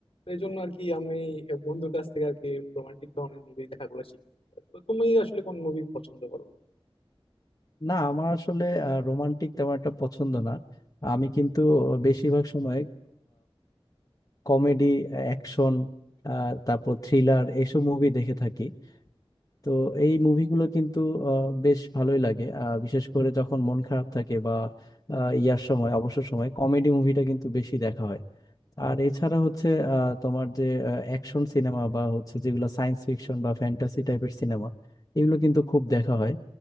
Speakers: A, on the left; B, on the left.
A: এই জন্য আর কি আমি বন্ধুর কাছ থেকে আর কি রোমান্টিক ধরনের মুভি দেখাগুলো শিখি তো তুমি আসলে কোন মুভি পছন্দ করো
B: না আমার আসলে রোমান্টিক তেমন একটা পছন্দ না আমি কিন্তু বেশিরভাগ সময় কমেডি অ্যাকশন তারপর থ্রিলার এইসব মুভি দেখে থাকি তো এই মুভিগুলো কিন্তু আহ, বেশ ভালোই লাগে আহ, বিশেষ করে যখন মন খারাপ থাকে বা আহ, ইয়ার সময় অবসর সময় কমেডি মুভিটা কিন্তু বেশি দেখা হয় আর এছাড়া হচ্ছে আহ, তোমার যে অ্যাকশন সিনেমা বা হচ্ছে যেগুলো সায়েন্স ফিকশন বা ফ্যান্টাসি টাইপের সিনেমা এগুলো কিন্তু খুব দেখা হয়